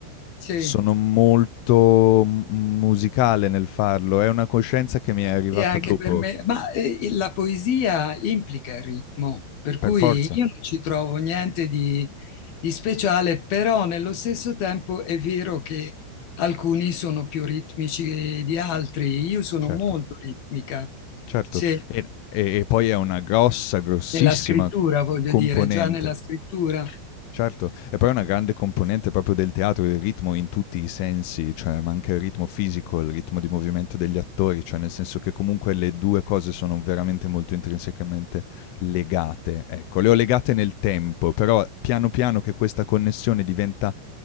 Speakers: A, on the left; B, on the left.
A: Sì.
B: sono molto m musicale nel farlo, è una coscienza che mi è arrivata
A: Sì, anche
B: dopo,
A: per me, ma eh, la poesia implica il ritmo, per cui
B: per forza,
A: io non ci trovo niente di, di speciale, però nello stesso tempo è vero che alcuni sono più ritmici di altri. Io sono
B: certo,
A: molto ritmica,
B: certo.
A: se
B: E e e poi è una grossa, grossissima
A: nella scrittura, voglio
B: componente,
A: dire, già nella scrittura.
B: certo. E poi è una grande componente proprio del teatro, il ritmo in tutti i sensi, cioè, ma anche il ritmo fisico, il ritmo di movimento degli attori, cioè nel senso che comunque le 2 cose sono veramente molto intrinsecamente legate, ecco. Le ho legate nel tempo, però piano piano che questa connessione diventa